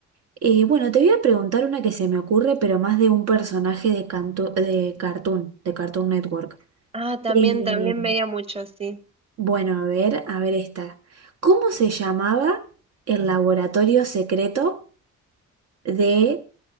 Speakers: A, on the right; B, on the right.
A: Eh, bueno, te voy a preguntar una que se me ocurre, pero más de un personaje de, cantu- de Cartoon, de Cartoon Network.
B: Ah, también,
A: Eh,
B: también veía mucho, sí.
A: bueno, a ver, a ver esta. ¿Cómo se llamaba el laboratorio secreto de